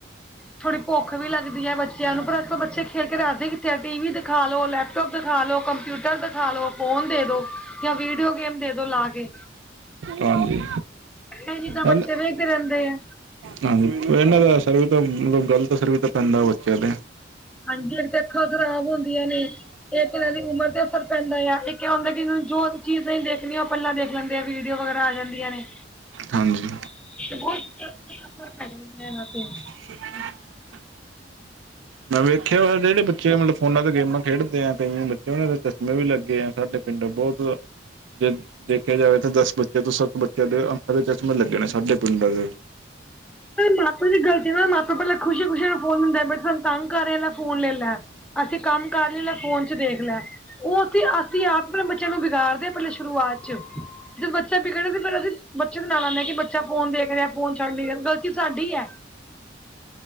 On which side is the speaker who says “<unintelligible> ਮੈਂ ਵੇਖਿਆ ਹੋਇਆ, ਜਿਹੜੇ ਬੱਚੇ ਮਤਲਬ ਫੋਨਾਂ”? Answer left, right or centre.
Right